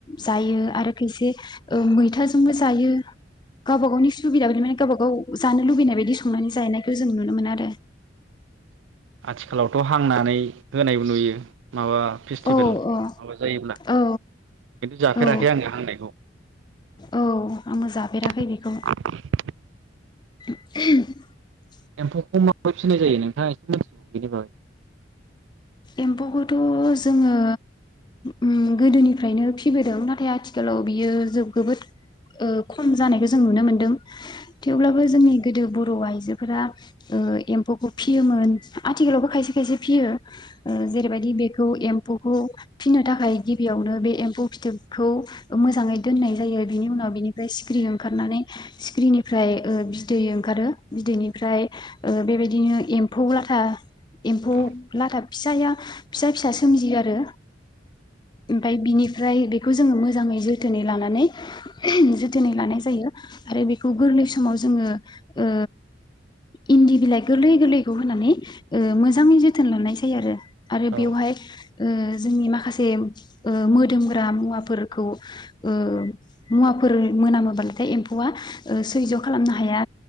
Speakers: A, on the left; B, on the right.
A: जायो आरो खायसे ओ मैथाजोंबो जायो गावबा गावनि सुबिदा बाइदि माने गाबा गाव जानो लुबैनाय बायदि संनानै जानायखौ जों नुनो मोनो आरो
B: आथिखालावथ हांनानै होनायबो नुयो माबा फेस्टिभेल
A: औ
B: माबा
A: औ
B: जायोब्ला खिन्थु
A: औ
B: जाफेराखै
A: औ
B: आङो हांनायखौ।
A: औ आंबो जाफेराखै
B: <inaudible>
A: बेखौ <inaudible>
B: एम्फौखौ माबोरै फिसिनाय जायो नोंथाङा एसे मिथिगौ बेनि बागै
A: एम्फौखौथ' जोङो उम गोदोनिफ्रायनो फिबोदों नाथाय आथिखालाव बियो ओ जोबोद खम जानायखौ जों नुनो मोनदों। थेवब्लाबो जोंनि गोदो बर आइजोफोरा ओ एम्फौखौ फियोमोन आथिखालावबो खायसे -खायसे फियो ओ जेरैबायदि बेखौ एम्फौखौ फिसिनो थाखाय गिबियावनो बे एम्फौ फिथोबखौ मोजाङै दोननाय जायो बिनि उनाव बिनि। ओमफ्राय सिख्रि ओंखारनानै सिख्रिनिफ्राय ओ बिदै ओंखारो बिदैनिफ्राय ओ बेबायदिनो एम्फौ लाथा एम्फौ
B: औ
A: लाथाब फिसाया फिसा फिसा सोमजियो आरो। ओमफाय बिनिफ्राय बेखौ जोङो मोजाङै जो थोनै लानानै जोथोनै लानाय जायो आरो बेखौ गोरलै समाव जोङो ओ इन्दि बिलाइ गोरलै गोरलैखौ होनानै ओ मोजाङै जोथोन लानाय जा फै आरो आरो बेवहाय
B: औ
A: ओ जोंनि माखासे ओ मोदोमग्रा मुवाफोरखौ ओ मुवाफोर मोनामोब्लाथाय एम्फौआ सैज' खालामनो हाया